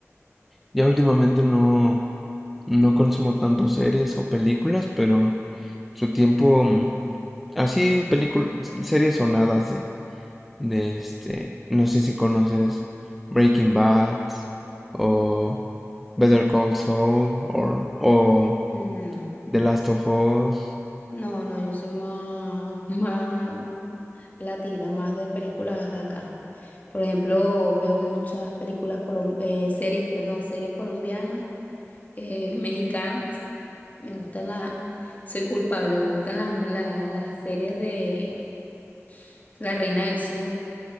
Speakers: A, in the centre; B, on the left (about 35°).
A: ya últimamente no, no consumo tanto series o películas, pero su tiempo, mm, así películas, series sonadas de, de este, no sé si conoces Breaking Bad o Better Call Saul or- o
B: No,
A: The Last of Us.
B: no, no, yo soy más, <laughs> latina, más de películas de acá. Por ejemplo, veo muchas películas, colom- eh, series, perdón, series colombianas, eh, mexicanas. Me gustan las, soy culpable, me gustan las, la- las series de La Reina del Sur,